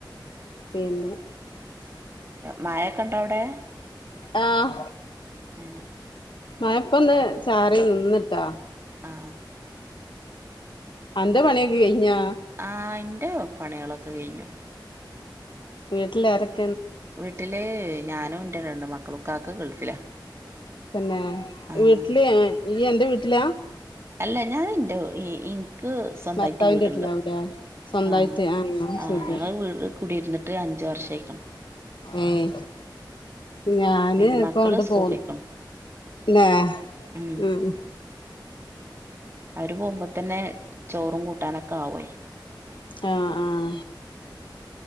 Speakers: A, on the left (about 80°); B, on the right (about 30°).
A: പിന്നേ
B: മായൊക്കെ ഇണ്ടോ അവിടെ
A: ആഹ
B: ഏ
A: മയപ്പൊന്ന് ചാറി നിന്നിട്ടാ
B: ആ
A: അന്റെ പണ്യൊക്ക കയ്ഞ്ഞോ
B: ആയിന്റെ പണികളൊക്കെ കഴിഞ്ഞു
A: വീട്ടിലേരൊക്കെ
B: വീട്ടില് ഞാനും എന്റെ രണ്ട് മക്കളും കാക്ക ഗൾഫിലാ
A: പിന്നെ
B: ആഹ്
A: വീട്ടില് ഈ എന്റെ വീട്ടിലാ
B: അല്ല ഞാനിണ്ടോ ഈ ഈ നിക് സ്വന്തമായിട്ട്
A: ഭർത്താവിന്റെ
B: വീടുണ്ട്
A: വീട്ടിലാവൂലേ സ്വന്തായിട്ട്
B: ആ
A: ആഹ് അത്
B: ആ്
A: ശരി
B: ഞങ്ങട് കു ടിരുന്നിട്ട് ഒ അഞ്ച് വർഷമായികണ്
A: ഏയ് ഞാന്
B: പിന്നെ
A: ഇപ്പ
B: മക്കള്
A: അണ്ട്
B: സ്കൂൾക്കോയ്ക്ക്ണ്
A: പോന്നു ന്നേ
B: ഉം
A: മ് മ്
B: അവര് പോകുമ്പോ തന്നെ ചോറും കൂട്ടാനൊക്കെ ആവും
A: ആഹ ആഹ